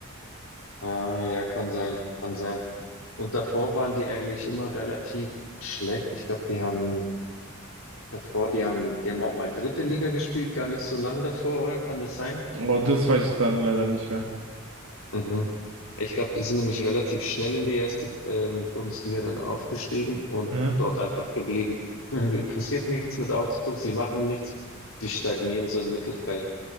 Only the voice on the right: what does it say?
Aber das weiß ich dann leider nicht mehr.
Mhm.